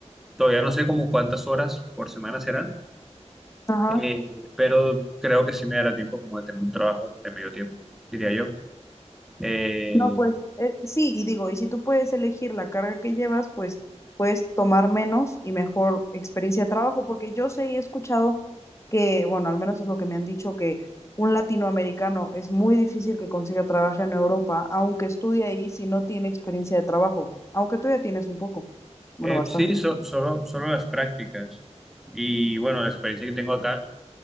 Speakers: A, in the centre; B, on the left (about 25°).
A: Todavía no sé como cuántas horas por semana serán,
B: ajá.
A: eh, pero creo que sí me dará tiempo como de tener un trabajo de medio tiempo, diría yo. Eh,
B: No, pues eh, sí, y digo, y si tú puedes elegir la carga que llevas, pues puedes tomar menos y mejor experiencia de trabajo, porque yo sé y he escuchado que, bueno, al menos es lo que me han dicho, que un latinoamericano es muy difícil que consiga trabajo en Europa, aunque estudie ahí, si no tiene experiencia de trabajo, aunque tú ya tienes un poco, bueno,
A: eh,
B: bastante.
A: sí, so- solo, solo las prácticas. Y bueno, la experiencia que tengo acá